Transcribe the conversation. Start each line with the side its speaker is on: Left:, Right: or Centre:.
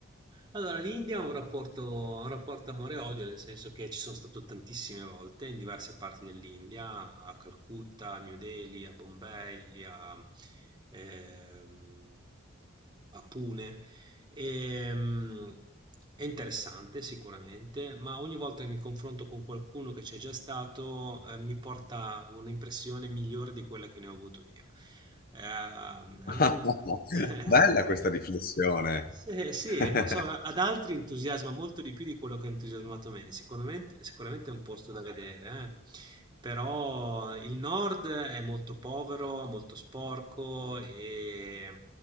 Right: Allora, l'India ha un rapporto, ha un rapporto amore-odio, nel senso che ci sono stato tantissime volte in diverse parti dell'India, a Calcutta, a New Delhi, a Bombay, a, ehm, a Pune. E, mm, è interessante sicuramente, ma ogni volta che mi confronto con qualcuno che c'è già stato, eh, mi porta un'impressione migliore di quella che ne ho avuto io. Eh, a
Left: <laughs>
Right: me non... <laughs>
Left: Bella questa riflessione.
Right: Sì, sì,
Left: <laughs>
Right: non so, ad altri entusiasma molto di più di quello che ha entusiasmato me. Sicuramente, sicuramente è un posto da vedere, eh. Però il nord è molto povero, molto sporco e,